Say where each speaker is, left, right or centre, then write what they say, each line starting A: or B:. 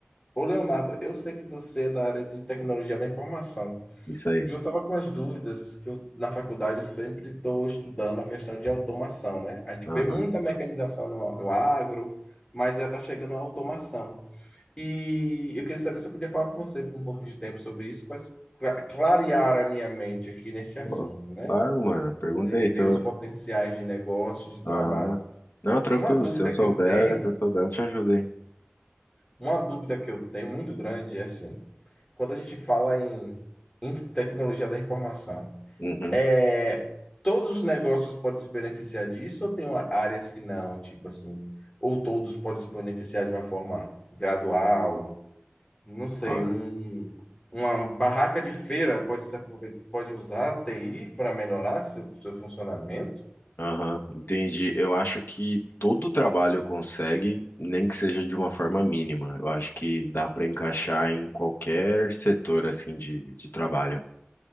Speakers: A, on the left; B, on the left.
A: Ô, Leonardo, eu sei que você é da área de tecnologia da informação.
B: Isso aí.
A: E eu estava com as dúvidas, que eu, na faculdade eu sempre estou estudando a questão de automação, né? A gente
B: Aham.
A: vê muita mecanização no, no agro, mas já está chegando a automação. E eu queria saber se eu podia falar com você por um pouco de tempo sobre isso, para cla- clarear a minha mente aqui nesse assunto,
B: Pô,
A: né?
B: claro, mano. Pergunta
A: Poder
B: aí
A: ver
B: se eu,
A: os potenciais de negócio, de
B: Aham.
A: trabalho.
B: Não, tranquilo.
A: Uma dúvida
B: Se eu souber,
A: que eu tenho,
B: se eu souber, eu te ajudo, hein?
A: uma dúvida que eu tenho muito grande é assim, quando a gente fala em em tecnologia da informação,
B: Uhum.
A: É, todos os negócios podem se beneficiar disso ou tem uma- áreas que não, tipo assim, ou todos podem se beneficiar de uma forma gradual, não sei,
B: Ó,
A: um, uma barraca de feira pode se aproveitar, pode usar a TI para melhorar seu, seu funcionamento?
B: Aham, entendi. Eu acho que todo trabalho consegue, nem que seja de uma forma mínima. Eu acho que dá para encaixar em qualquer setor assim de, de trabalho.